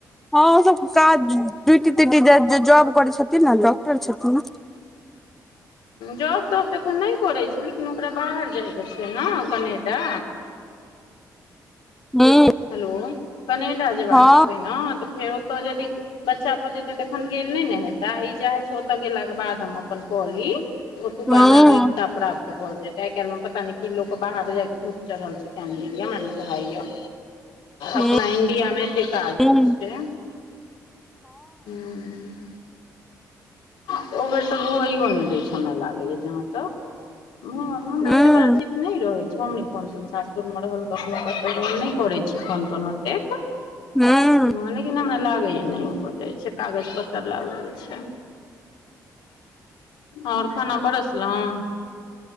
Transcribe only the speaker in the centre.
हाँ और सबके काज ड्यूटी त्यूटी जाय जे जाॅब करय छथिन न डाॅक्टर छथिन न।
हूँ।
हँ
हूँ
हूँ
हँ
हूँ
हूँ